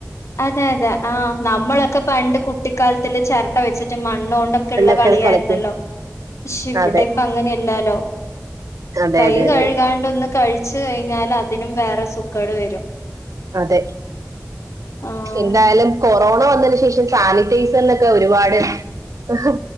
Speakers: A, on the left; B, on the right.
A: അതെ അതെ ആഹ് നമ്മളൊക്കെ പണ്ട് കു കുട്ടിക്കാലത്തിൽ ചിരട്ട വെച്ചിട്ട് മണ്ണോണ്ടൊക്കെ ഉള്ള
B: എന്നൊക്കെ
A: കളിയായിരുന്നല്ലോ.
B: കളിക്കും
A: പക്ഷെ ഇവിടെ
B: അതെ
A: ഇപ്പ അങ്ങനെ അല്ലാലോ
B: അതെ
A: കൈ
B: അതെ അതെ
A: കഴുകാണ്ട് ഒന്ന് കഴിച്ച് കഴിഞ്ഞാൽ അതിനും വേറെ സൂക്കേട് വരും.
B: അതെ
A: ആഹ്
B: എന്തായാലും കൊറോണ വന്നേന് ശേഷം സാനി ഡീസലിനോക്കെ ഒരുപാട് ഹ് ഹ്